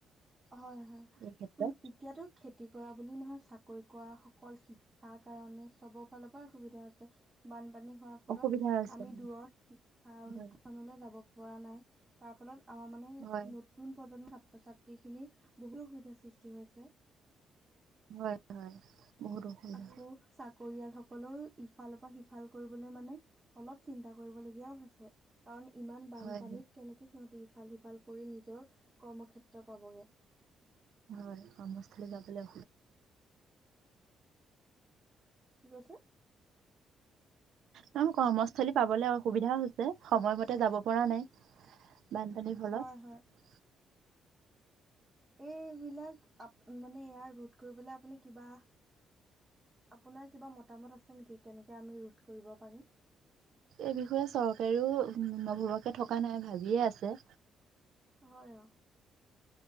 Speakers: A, on the right; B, on the right.
A: হয় হয়
B: এই ক্ষেত্ৰত
A: উ এতিয়াতো খেতি তি কৰা বুলি নহয় চাকৰি কৰা সকল শিক্ষাৰ কাৰণে চ ফাল সুবিধা আছে বানপানী হোৱাৰ ফলত
B: অসুবিধা হৈছে
A: আমি দূৰৰ শিক্ষা অনুষ্ঠানলৈ
B: হয়
A: যাব পৰা নাই তাৰ ফলত আমাৰ মানে
B: হয়
A: নতুন প্ৰজন্ম ছাত্ৰ ছাত গোটেইখিনি বহু অসুবিধাৰ সৃষ্টি হৈছে
B: হয় হয় বহুত অসুবিধা
A: আকৌ চাকৰিয়াল সকলেও ইফালৰ পৰা সিফাল ভাল কৰিবলৈ মানে অলপ চিন্তা কৰিবলগীয়াও হৈছে কাৰণ ইমান বানপানীত
B: হয়
A: কেনেকে সিহঁতি ভাল সিফাল কৰি নিজৰ কৰ্মক্ষেত্ৰ পাবগৈ
B: হয় কমস্থলী যাবলৈ
A: কি কৈছে
B: ন কৰ্মস্থলী পাবলে অসুবিধা হৈছে সময়মতে যাব পৰা নাই বানপানীৰ ফলত
A: হয় হয় এইবিলাক আ মানে ইয়াৰ ৰোধ কৰিবলৈ আপুনি কিবা আপোনাৰ কিবা মতামত আছে নেকি কেনেকে আমি ৰোধ কৰিব পাৰিম
B: এই বিষয়ে চৰকাৰীও নভবাকে থকা নাই ভাবিয়ে আছে
A: হয় অ